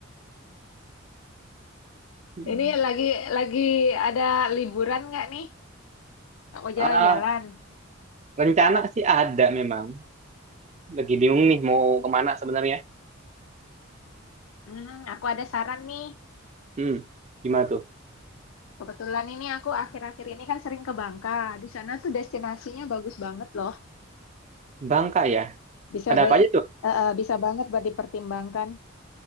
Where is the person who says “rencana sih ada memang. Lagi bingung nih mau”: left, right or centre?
Right